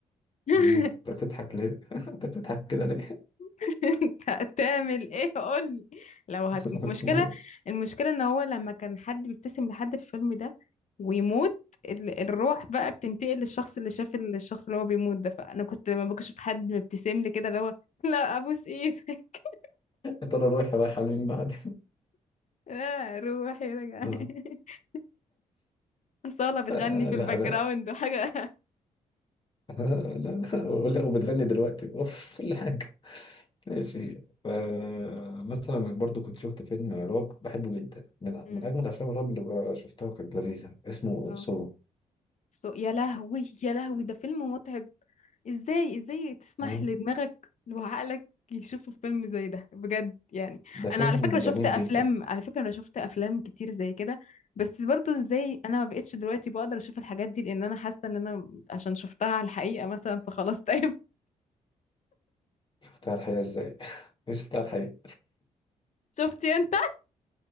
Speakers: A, on the left; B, on the left.
A: <laughs>
B: مم. انت بتضحك ليه <laughs> انت بتضحك كده ليه
A: <laughs> انت هتعمل ايه قولي لو هت...
B: <laughs>
A: مشكلة المشكلة ان هو لما كان حد بيبتسم لحد في الفيلم ده ويموت ال... الروح بقى بتنتقل للشخص اللي شاف ال- الشخص اللي هو بيموت ده فانا كنت لما بشوف حد مبتسم لي كده اللي هو لا ابوس ايدك <laughs>
B: يا ترى رايحه رايحه لمين بعد
A: لا روحي رجع
B: آه،
A: <laughs> صالة بتغني
B: آه،
A: في
B: لا
A: الباك
B: <laughs> لا
A: جراوند وحاجة
B: آه، لا <laughs> ولا وبتغني دلوقتي <laughs> كل حاجه ماشي فمثلا برضو كنت شفت فيلم رعب بحبه جدا من
A: مم.
B: من أجمل أفلام الرعب اللي شفتها وكانت لذيذة اسمه
A: اه.
B: سو
A: <laughs> صو- يا لهوي يا لهوي ده فيلم متعب ازاي ازاي تسمح
B: ها
A: لدماغك وعقلك يشوفوا فيلم زي ده بجد يعني
B: ده فيلم
A: انا على فكره
B: جميل
A: شفت افلام
B: جدا
A: على فكره انا شفت افلام كتير زي كده بس برضو ازاي انا ما بقتش دلوقتي بقدر اشوف الحاجات دي لان انا حاسه ان انا عشان شفتها على الحقيقه مثلا فخلاص طيب
B: شفتها على الحقيقة إزاي؟ <laughs> شفتها على الحقيقة
A: <laughs> شفتي انت